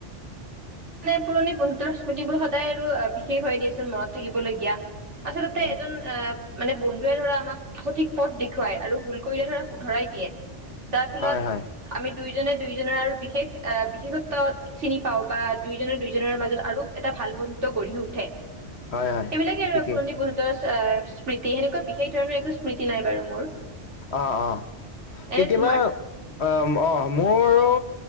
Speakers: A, on the right; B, on the left.
A: মানে পুৰণি বন্ধু স্মৃতিবোৰ সদায় আৰু বিশেষ হয় দিয়েচোন মনত থাকিবলগীয়া আচলতে
B: হয়
A: এজন মানে টোৱে ধৰা, আমাক সঠিক পথ দেখুৱাই আৰু ভুল কৰিলে ধৰা শুধৰাই দিয়ে। যাৰ ফলত,
B: হয় হয়
A: আমি দুইজনে দুইজনৰ আৰু বিশেষ অ, বিশেষত্ব চিনি পাওঁ বা দুইজনৰ দুইজনৰ মাজত আৰু এটা ভাল বন্ধু গঢ়ি উঠে।
B: হয় হয়
A: সেইবিলাকে আৰু
B: ঠিকেই
A: পুৰণি বহুত অ স্মৃতি সেনেকুৱা বিশেষ ধৰণৰ একো স্মৃতি নাই বাৰু মোৰ।
B: অ অ,
A: এনে
B: কেতিয়াবা
A: তোমাৰ
B: আহ। অ মোৰো